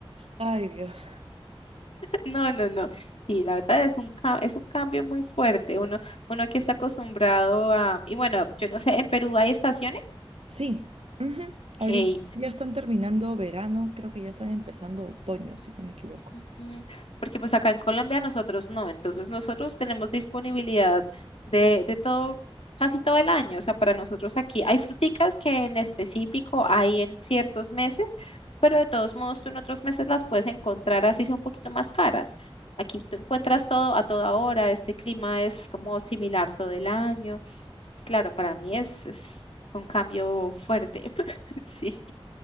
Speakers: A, on the right; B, on the left.
A: Ay, Dios.
B: No, no, no. Sí, la verdad es un, ca- es un cambio muy fuerte. Uno, uno que está acostumbrado a... Y bueno, yo no sé, ¿en Perú hay estaciones?
A: Sí, ujú.
B: Ok.
A: Ahorita ya están terminando verano, creo que ya están empezando otoño, si no me equivoco.
B: Ujú, Porque pues acá en Colombia nosotros no, entonces nosotros tenemos disponibilidad de, de todo, casi todo el año, o sea, para nosotros aquí hay fruticas que en específico hay en ciertos meses, pero de todos modos tú en otros meses las puedes encontrar así sea un poquito más caras. Aquí tú encuentras todo a toda hora, este clima es como similar todo el año. Entonces, claro, para mí es, es un cambio fuerte. <laughs> Sí.